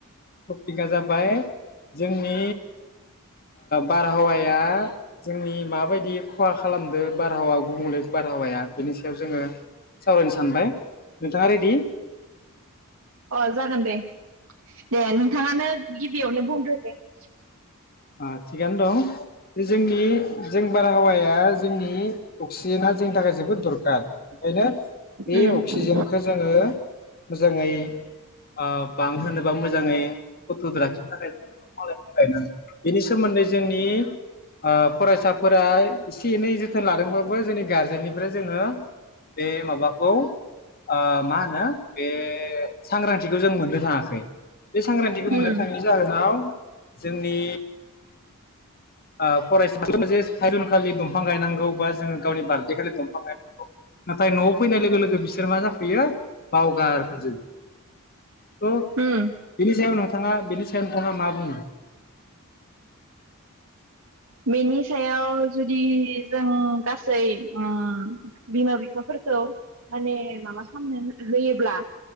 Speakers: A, on the left (about 45°); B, on the right (about 65°).
A: टपिकआ जाबाय जोंनि बारहावाया जोंनि माबायदि खहा खालामदो बारहावा गुबुंले बारहावाया बेनि सायाव जोङो सावरायनो सानबाय। नोंथाङा रेदि?
B: अ जागोन दे। दे नोंथाङानो गिबियावनो बुंदो। <unintelligible>
A: ओ थिगानो दं बे जोंनि जों बारहावाया जोंनि अक्सिजेना जोंनि थाखाय जोबोद दरखार ओंखायनो बे
B: उम
A: अक्सिजेनखो जोङो मोजाङै ओ बांहोनोबा मोजाङै <unintelligible> लाखिनो थाखाय जों दफां लाइफां गायनांगोन। बेनि सोमोन्दै जोंनि ओ फरायसाफोरा एसे एनै जोथोन लादोंबाबो जोंनि गारजेननिफ्राय जोङो बे माबाखौ ओ मा होनो बे सांग्रांथिखौ जों मोननो थाङाखै बे सांग्रांथिखौ
B: उम
A: मोननो थाङैनि जाहोनाव जोंनि ओ फरायसा जे <unintelligible> दंफां गायनांगौ बा जोङो गावनि बार्डे खालि दंफां गायनांगौ। नाथाय न'आव फैनाय लोगो लोगो बिसोर मा जाखो बेयो बावगार फैजोबो थ'
B: उम
A: बेनि सायाव नोंथाङा बेनि सायाव नोंथाङा मा बुङो?
B: बेनि सायाव जुदि जों गासै ओ बिमा बिफाफोरखौ माने माबा खामनो होयोब्ला